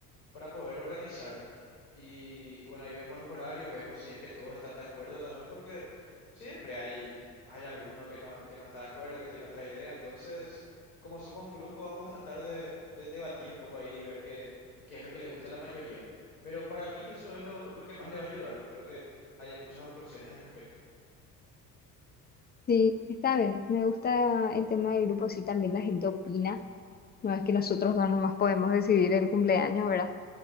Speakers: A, on the left; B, on the left.
A: para poder organizar. Y, y bueno, ahí vemos los horarios, vemos si es que todos están de acuerdo también, porque siempre hay, hay alguno que no, que no está de acuerdo, que tiene otra idea. Entonces, como somos un grupo, vamos a tratar de, de debatir un poco ahí y ver qué, qué es lo que le gusta a la mayoría. Pero para mí eso es lo, lo que más le va a ayudar. No creo que haya muchas objeciones al respecto.
B: Sí, está bien, me gusta el tema del grupo, sí, también la gente opina. No es que nosotros dos nomás podemos decidir el cumpleaños, ¿verdad?